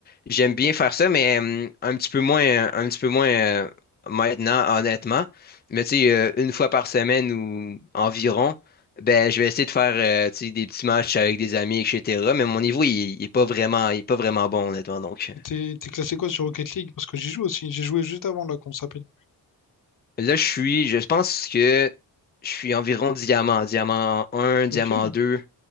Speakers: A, on the left (about 25°); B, on the left (about 55°).
A: j'aime bien faire ça, mais euh, un petit peu moins, euh, un petit peu moins euh, maintenant, honnêtement. Mais tu sais, euh, une fois par semaine ou environ, ben, je vais essayer de faire euh, tu sais, des petits matchs avec des amis, etc. Mais mon niveau, il, il est pas vraiment, il est pas vraiment bon, honnêtement. Donc,
B: Et T'es t'es classé quoi sur Rocket League? Parce que j'y joue aussi. J'ai joué juste avant, là, qu'on s'appelle.
A: euh, là, je suis, je pense que je suis environ diamant, diamant un diamant
B: Ok.
A: 2